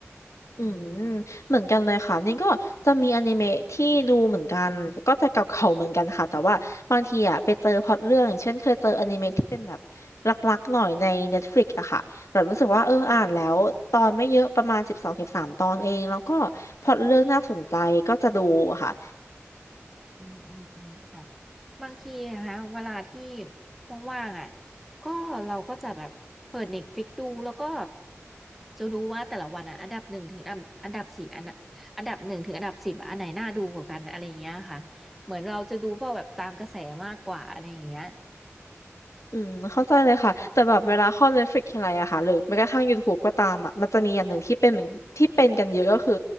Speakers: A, on the left; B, in the centre.
A: อืม
B: อืม
A: เหมือนกันเลยค่ะนี่ก็จะมีอนิเมะที่ดูเหมือนกันก็จะเก่าๆเหมือนกันค่ะแต่ว่าบางทีอ่ะไปเจอพล็อตเรื่องอย่างเช่นเคยเจออนิเมะที่เป็นแบบรักๆหน่อยใน Netflix อะค่ะแบบรู้สึกว่าเอออ่านแล้วตอนไม่เยอะประมาณสิบสองสิบสามตอนเองแล้วก็พล็อตเรื่องน่าสนใจก็จะดูค่ะ
B: อืม อืมอืมอืมค่ะบางทีนะคะเวลาที่ว่างๆอ่ะก็เราก็จะแบบเปิดเน็ตฟลิกดูแล้วก็จะดูว่าแต่ละวันอ่ะอันดับหนึ่งถึงอันอันดับสี่อันน่ะอันดับหนึ่งถึงอันดับสิบอันไหนน่าดูกว่ากันอะไรอย่างเงี้ยค่ะเหมือนเราจะดูพวกแบบตามกระแสมากกว่าอะไรอย่างเงี้ย
A: อืมเข้าใจเลยค่ะแต่แบบเวลาเข้า Netflix ทีไรอะค่ะหรือแม้กระทั่ง YouTube ก็ตามอะมันจะมีอย่างหนึ่งที่เป็นเหมือนที่เป็นกันเยอะก็คือ